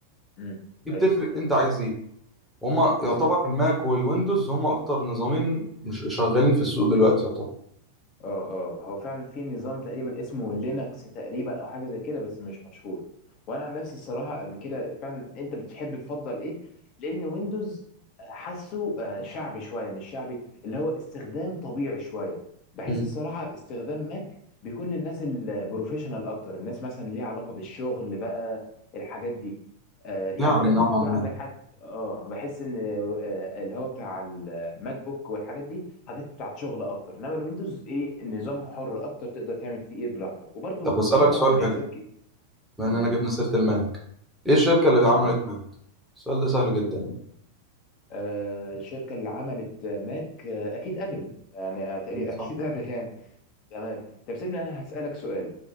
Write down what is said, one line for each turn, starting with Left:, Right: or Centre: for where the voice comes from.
Left: امم
Centre: دي بتفرق
Left: ايوه ايوه
Centre: انت عايز ايه وهما
Left: بالظبط
Centre: يعتبر الماك والويندوز هما اكتر نظامين مش شغالين في السوق دلوقتي يعتبر
Left: اه اه هو فعلا في نظام تقريبا اسمه لينكس تقريبا او حاجه زي كده بس مش مشهور وانا عن نفسي الصراحه قبل كده فعلا انت بتحب تفضل ايه لان ويندوز آه، حاسه آه، شعبي شويه مش شعبي اللي هو استخدام طبيعي شويه بحس
Centre: مم.
Left: الصراحه استخدام ماك بيكون للناس البروفيشنال اكتر الناس مثلا ليها علاقه بالشغل بقى الحاجات دي آه، يعني
Centre: يعني
Left: ويندوز
Centre: نوعا
Left: بيكون
Centre: ما
Left: عندك حاجه اه بحس ان آه، آه، اللي هو بتاع ماك بوك والحاجات دي حاجات بتاعت شغل اكتر انما الويندوز ايه نظام حر اكتر تقدر تعمل فيه ايه براحتك وبرده
Centre: طب اسألك
Left: في طبعا
Centre: سؤال
Left: ميزات
Centre: حلو
Left: كي...
Centre: بما
Left: تمام
Centre: اننا جبنا سيرة الماك ايه الشركة اللي
Left: تمام
Centre: عملت ماك السؤال ده سهل جدا
Left: آه الشركه اللي عملت ماك آه اكيد ابل يعني آه تقريبا
Centre: يعني صح
Left: <laughs> اكيد ابل يعني تمام طب سيبني انا هسالك سؤال